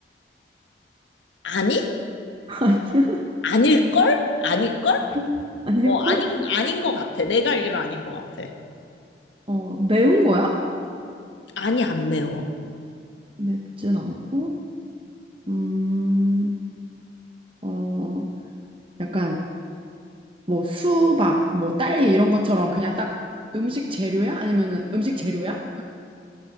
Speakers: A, on the left; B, on the right.
A: 아니?
B: <laughs>
A: 아닐걸? 아닐걸?
B: 아니야? 아닐걸?
A: 어, 아닌, 아닌 것 같아. 내가 알기로 아닌 것 같아.
B: 어, 매운 거야?
A: 아니, 안 매워.
B: 맵진 않고, 음, 어, 약간 뭐 수박, 뭐 딸기 이런 것처럼 그냥 딱 음식 재료야? 아니면은 음식 재료야?